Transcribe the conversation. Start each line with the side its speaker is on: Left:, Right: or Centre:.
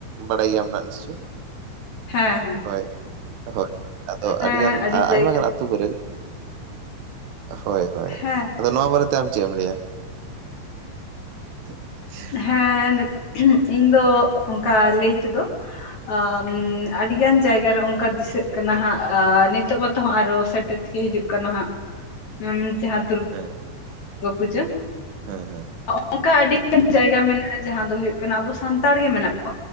Right: ᱵᱟᱲᱟᱭ ᱜᱮᱭᱟᱢ ᱦᱟᱸᱜ ᱱᱤᱥᱪᱚᱭ?
Left: ᱦᱮᱸ
Right: ᱦᱳᱭ᱾ ᱦᱳᱭ ᱟᱫᱚ
Left: ᱦᱮᱸ
Right: ᱟᱹᱰᱤᱜᱟᱱ
Left: ᱟᱹᱰᱤ ᱡᱟᱭᱜᱟ
Right: ᱟᱭᱢᱟ ᱜᱟᱱ ᱟᱹᱛᱩ ᱠᱚᱨᱮ ᱜᱮ ᱦᱳᱭ ᱦᱳᱭ
Left: ᱦᱮᱸ
Right: ᱾ ᱟᱫᱚ ᱱᱚᱣᱟ ᱵᱟᱨᱮᱛᱮ ᱟᱢ ᱪᱮᱫ ᱮᱢ ᱞᱟᱹᱭᱟ? <unintelligible>
Left: ᱦᱮᱸ ᱱᱤᱛ ᱤᱧ ᱫᱚ ᱚᱝᱠᱟ ᱞᱟᱹᱭ ᱛᱮᱫᱚ ᱟᱼᱢ ᱟᱹᱰᱤᱜᱟᱱ ᱡᱟᱭᱜᱟ ᱨᱮ ᱚᱝᱠᱟ ᱫᱤᱥᱟᱹᱜ ᱠᱟᱱᱟ ᱦᱟᱸᱜ ᱟ ᱱᱤᱛᱚᱜ ᱢᱟᱛᱚ ᱦᱟᱸᱜ ᱟᱨᱚ ᱥᱮᱴᱮᱨ <inaudible> ᱦᱤᱡᱩᱜ ᱠᱟᱱᱟ ᱦᱟᱸᱜ <inaudible> ᱡᱟᱦᱟᱸ ᱫᱩᱨ
Right: ᱦᱮᱸ᱾
Left: ᱜᱟᱹ ᱯᱩᱡᱟᱹ᱾
Right: ᱦᱮᱸ ᱦᱮᱸ᱾
Left: ᱚᱝᱠᱟ ᱟᱹᱰᱤᱜᱟᱱ ᱡᱟᱭᱜᱟ ᱢᱮᱱᱟᱜᱼᱟ ᱡᱟᱦᱟᱸ ᱫᱚ ᱦᱩᱭᱩᱜ ᱠᱟᱱᱟ ᱟᱵᱚ ᱥᱟᱱᱛᱟᱲ ᱜᱮ ᱢᱮᱱᱟᱜ ᱠᱚ